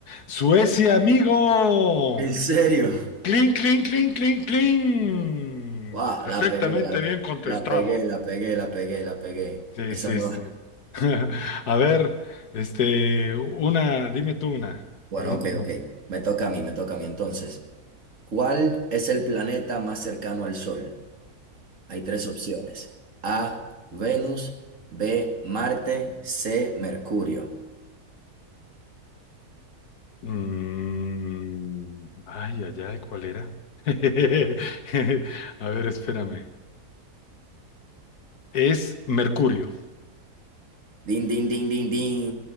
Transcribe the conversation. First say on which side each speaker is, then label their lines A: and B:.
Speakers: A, on the left (about 85°); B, on the right (about 55°).
A: Suecia, amigo.
B: ¿En serio?
A: Clean, clean, clean, clean, clean.
B: Wow,
A: Perfectamente
B: la pegué, la,
A: bien contestado.
B: la pegué, la pegué, la pegué, la pegué.
A: Sí,
B: Esa
A: sí,
B: no.
A: sí. <laughs> A ver, este, una, dime tú una.
B: Bueno,
A: Pregúntame.
B: ok, ok. Me toca a mí, me toca a mí. Entonces, ¿cuál es el planeta más cercano al Sol? Hay tres opciones. A, Venus, B, Marte, C, Mercurio.
A: Mm, ay, ay, ay, ¿cuál era? <laughs> A ver, espérame. Es Mercurio.
B: Din, din, din, din, din.